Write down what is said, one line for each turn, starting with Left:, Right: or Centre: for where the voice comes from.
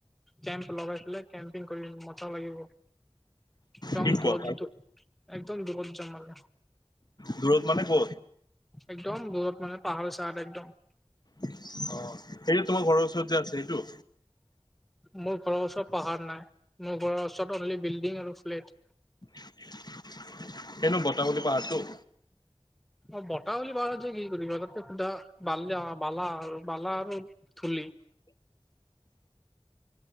Centre: কেম্প লগাই পেলাই কেম্পিং কৰিব মজা লাগিব একদম
Left: কি কোৱা
Centre: দূৰত একদম দূৰত যাম মানে
Left: দূৰত মানে ক'ত
Centre: একদম দূৰত মানে পাহাৰে চাহাৰে একদম
Left: অ সেইটো তোমাৰ ঘৰৰ ওচৰত যে আছে সেইটো
Centre: মোৰ ঘৰৰ ওচৰত পাহাৰ নাই মোৰ ঘৰৰ ওচৰত অনলি বিল্ডিং আৰু ফ্লেট
Left: সেটো বটাৱলী পাহাৰতো
Centre: অ বটাৱলী পাহাৰত যায় কি কৰিবা তাত সুদা বালি অ বালা বালা আৰু ধূলি